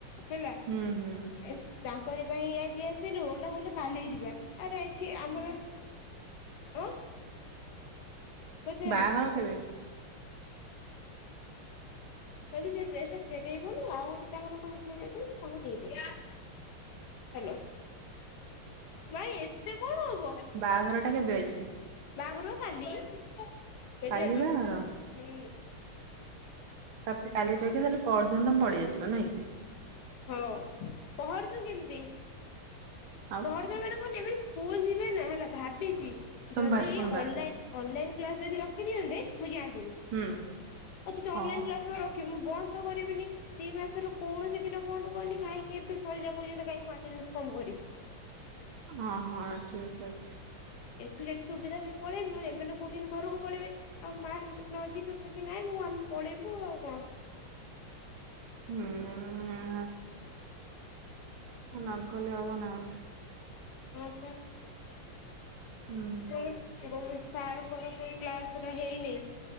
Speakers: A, on the left; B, on the right.
A: ହେଲା
B: ହୁଁ ହୁଁ
A: ଏ ତା ଟାଙ୍କରି ପାଇଁ ଆଜି ଆସିଥିଲୁ ଓଲଟା କହିଲେ କାଲି ଯିବା ଆରେ ଏଠି ଆମର ଆଁ। କେତେବେଳେ?
B: ବାହାଘର କେବେ?
A: କାଲି ସେ ଡ୍ରସ ଟା ଫେରେଇବନି ଆଉ ଗୋଟେ ତାଙ୍କର ଫେରେଇବେ ତାଙ୍କୁ ଦେଇଦେବି ଗ୍ୟାସ ହାଲୋ ନାଇଁ ଏତେ କଣ ହବ
B: ବାହାଘର ଟା କେବେ ଅଛି?
A: ବାହାଘର କାଲି? ସେଇ
B: କାଲି
A: ଝିଅ
B: ବାହାଘର
A: ଟି?
B: ତମେ କାଲି ରହିକି ତାହେଲେ ପର୍ଦିନ ତମେ ପଳେଇଆସିବ ନାଇଁ କି?
A: ହଉ ପହଁରିଲୁ କେମିତି
B: ଆଉ
A: ପହଁରଦ ମାନେ କଣ ଯିବେନି ସ୍କୁଲ ଯିବେ ନା ହେଲା ଭାବିଛି।
B: ସୋମବାର
A: ଯଦି
B: ସୋମବାର
A: ଅନଲାଇନ ଅନଲାଇନ୍ କ୍ଲାସ ଯଦି ରଖିଦିଅନ୍ତେ? ମୁଁ ଯାଆନ୍ତିନି
B: ହୁଁ
A: ଆଉ ସେ ତ
B: ହଁ
A: ଅନଲାଇ କ୍ଲାସଉରା ର କି ମୁଁ ବନ୍ଦ ତ କରିବିନି ଦି ମାସ ର କୌଣସି ଦିନ ବନ୍ଦ କରନି କାହିଁକି ଏବେ ସରିଲା ପର୍ଯ୍ୟନ୍ତ କାହିଁକି ମୁଁ ଆଟେଣ୍ଡାଣ୍ଟ କମ କରିବି।
B: ହଁ ହଁ ଠିକ୍ ଅଛି।
A: ତୁ ଯଦି ସୁବିଧା ହୁଏ ପଳେଇବୁ ନହଲେ ଏମାନେ କୋହୁଛନ୍ତି ଘରକୁ ପଳେଇବେ ଆଉ ମା ବି ପ-ନଯିବେ ପଛେ ନାଇଁ ମୁଁ ଆମେ ପଳେଇବୁ ଆଉ କଣ।
B: ହୁଁ ଏହା ନ ଗଲେ ହବନା ଆଉ।
A: ହଁ ପା।
B: ହୁଁ
A: ଉଁ ଗହ ସାରଙ୍କର ସେଇ କ୍ଲାସରା ହେଇନି